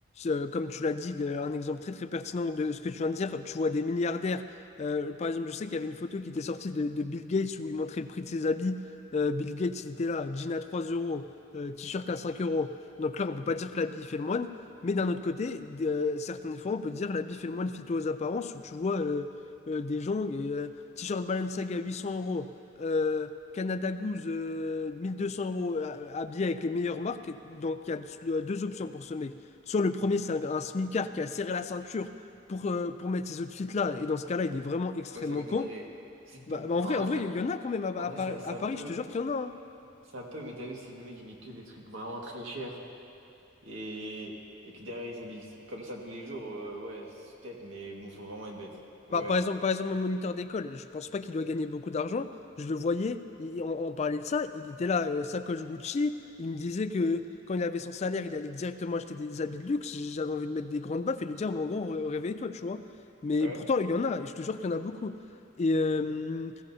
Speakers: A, on the left (about 35°); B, on the right (about 80°).
A: Euh, Comme tu l'as dit, le- un exemple très très pertinent de ce que tu viens de dire, tu vois des milliardaires. Euh, par exemple, je sais qu'il y avait une photo qui était sortie de, de Bill Gates où il montrait le prix de ses habits. Euh, Bill Gates, il était là, jean à 3 euros, euh, t-shirt à 5 euros. Donc là, on peut pas dire que l'habit fait le moine. Mais d'un autre côté, euh, certaines fois, on peut dire l'habit fait le moine fit aux apparences où tu vois euh, euh, des gens. T-shirt Balenciaga 800 euros, euh, Canada Goose euh, mille deux cents euros euh, habillé avec les meilleures marques. Donc il y a deux deux options pour ce mec. Soit le premier, c'est un, un smicard qui a serré la ceinture pour, euh, pour mettre ces outfits-là, et dans ce cas-là, il est vraiment extrêmement
B: Moi, ça m'étonnerait.
A: con.
B: <laughs>
A: Bah, bah, en vrai,
B: En
A: en
B: vrai,
A: vrai,
B: ça,
A: il
B: me-
A: y en a quand même à, à
B: en vrai,
A: Paris,
B: ça, ça
A: à Paris,
B: peut.
A: je te jure qu'il y en a. hein.
B: Ça peut, mais t'as vu, si le mec il met que des trucs vraiment très chers et, et que derrière il s'habille comme ça tous les jours, euh, ouais, c'est peut-être, mais bon, faut vraiment être bête. Mais
A: Bah,
B: ouais.
A: par exemple, par exemple, mon moniteur d'école, je pense pas qu'il doit gagner beaucoup d'argent. Je le voyais, il- on, on parlait de ça, il était là, euh, sacoche Gucci. Il me disait que quand il avait son salaire, il allait directement acheter des habits de luxe. J'avais envie de mettre des grandes baffes et lui dire, mon grand, ré- réveille-toi, tu vois. Mais
B: Ouais.
A: pourtant, il y en a, et je te jure qu'il y en a beaucoup. Et, euh,